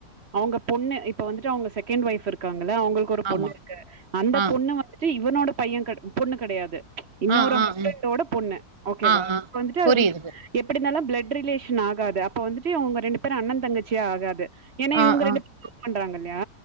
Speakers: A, on the right; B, on the right.
A: அவங்க பொண்ணு இப்ப வந்துட்டு அவங்க செகண்ட் ஒய்ஃப் இருக்கு ங்கள அவுங்களுக்கு ஒரு பொண்ணுருக்கு
B: ஆமா.
A: அந்த
B: ஆ.
A: பொண்ணு வந்துட்டு இவனோட பையே பொண்ணு கடையாது இன்னொரு
B: ஆ ஆ ஆ.
A: ஹஸ்பண்டோட பொண்ணு ஓகேவா
B: ஆ ஆ
A: வந்துட்டு
B: புரியுது
A: அது
B: புரி
A: எப்பிடினாலும் ப்ளட் ரிலேஷன் ஆகாது அப்போ வந்துட்டு அவுங்க ரெண்டு பேரு அண்ணன் தங்கச்சி ஆகாது ஏன்னா
B: ஆ
A: இவுங்க ரெண்டு
B: ஆ
A: பேரு லவ் பண்றாங்கல்லையா